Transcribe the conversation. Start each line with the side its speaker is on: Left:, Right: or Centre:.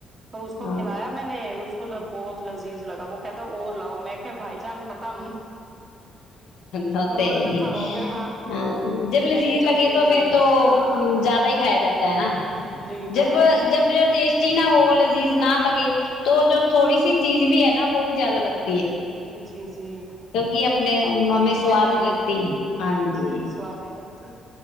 Right: تو اس کو
Left: ہاں
Right: کھلایا میں نے <unintelligible> کدھر بہت لذیذ لگا وہ کہتا اور لاؤ میں کہ بائی جانس ختم
Left: ہاںتے
Right: اور ختم
Left: ہی ہ
Right: ہو گیا ہاں
Left: جب
Right: میں
Left: لذیذ
Right: کہ چل
Left: لگے تو
Right: کبھی
Left: پھر تو تو
Right: ہاں
Left: زیادہ ہی کھایا جاتا ہے ہے نا
Right: جی میں
Left: جب جب جو ٹیسٹی نا وہ <unintelligible> چیز نہ لگے تو جو تھوڑی سی چیز بھی ہے نا وہ بھی زیادہ لگتا
Right: ج جی جی <unintelligible>
Left: کہ اپنے ہمیں سواد
Right: بالکل
Left: نہیں
Right: بالکل
Left: لگتی ہاں جی <unintelligible>
Right: سواد نہیں لگتا